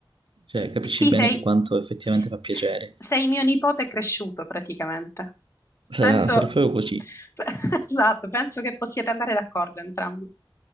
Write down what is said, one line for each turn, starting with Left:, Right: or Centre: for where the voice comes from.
Right: cioè, capisci
Left: Sì,
Right: bene
Left: sei,
Right: che quanto effettivamente
Left: sì.
Right: fa piacere.
Left: sei mio nipote cresciuto praticamente.
Right: Sarà,
Left: Penso,
Right: sarà proprio così,
Left: <laughs> esatto, penso che possiate andare d'accordo entrambi.